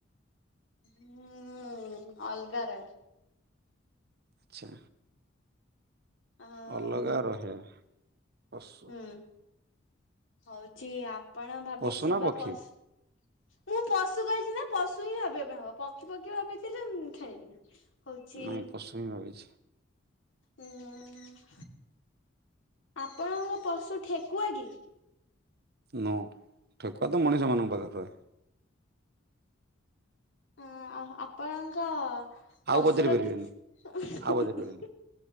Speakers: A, on the left (about 70°); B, on the right (about 55°).
A: ହୁଁ ଅଲଗା ରଏ
B: ଆଚ୍ଛା।
A: ଆଉ
B: ଅଲଗା ରହେ ପଶୁ
A: ହୁଁ ହଉଛି ଆପଣ ଭାବିଥିବା
B: ପଶୁ ନା ପକ୍ଷୀ?
A: ପଶୁ ମୁଁ ପଶୁ କହିଛି ନା ପଶୁ ହିଁ ଭାବିବା ପାଇଁ ହବ ପକ୍ଷୀ ପକ୍ଷୀ ଭାବିଥିଲେ ଖେଳିବିନି। ହଉଛି
B: ନାଇଁ ପଶୁ ହିଁ ଭାବିଛି
A: ଉଁ ଆପଣଙ୍କ ପଶୁ ଠେକୁଆ କି?
B: ନ ଠେକୁଆ ତ ମଣିଷମାନଙ୍କ ପାଖରେ ରହେ।
A: ଅ ଆ ଆପଣଙ୍କ
B: ଆଉ
A: ପଶୁର
B: ପଚାରି ପାରିବେନି
A: କିଛି
B: ଆଉ ପଚାରି ପାରିବେନି